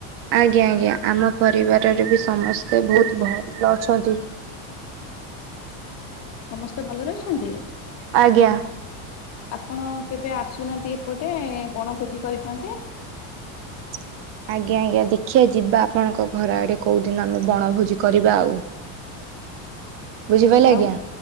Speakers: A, on the right (about 30°); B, on the left (about 35°).
A: ଆଜ୍ଞା ଆଜ୍ଞା ଆମ ପରିବାରରେ ବି ସମସ୍ତେ ବହୁତ ଭଲ ଅଛନ୍ତି। <inaudible>
B: ସମସ୍ତେ ଭଲରେ ଅଛନ୍ତି।
A: ଆଜ୍ଞା।
B: ଆପଣ କେବେ ଆସୁନାହାନ୍ତି ଏପଟେ ବଣ ଖୋଜି କରିଥାନ୍ତେ।
A: ହ ଆଜ୍ଞା ଆଜ୍ଞା ଦେଖିବା ଯିବା ଆପଣଙ୍କ ଘର ଆଡେ କୋଉ ଦିନ ଆମେ ବଣଭୋଜି କରିବା ଆଉ। ବୁଝିପାରିଲ
B: ଆଉ
A: ଆଜ୍ଞା।